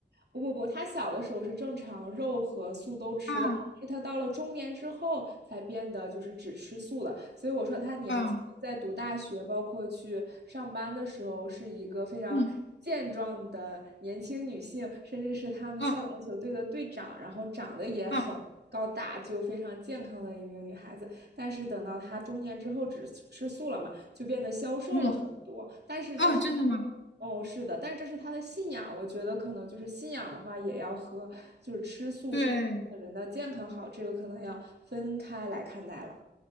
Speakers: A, on the right; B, on the left.
A: 不不不，她小的时候是正常肉和素都吃的，
B: 啊
A: 是她到了中年之后才变得就是只吃素的。所以我说她年轻在读大学，
B: 啊
A: 包括去上班的时候，是一个非常健壮的年轻女性，
B: 嗯
A: 甚至是他们校篮球队的队长，
B: 嗯
A: 然后长得也很高大，
B: 嗯
A: 就非常健康的一名女孩子。但是等到她中年之后只吃素了嘛，就变得消瘦了很多。
B: 嗯
A: 但是这是
B: 哦，真的吗？
A: 哦，是的，但是这是他的信仰。我觉得可能就是信仰的话，也要和就是吃素是不是对人的健康好，
B: 对，
A: 这个可能要分开来看待了。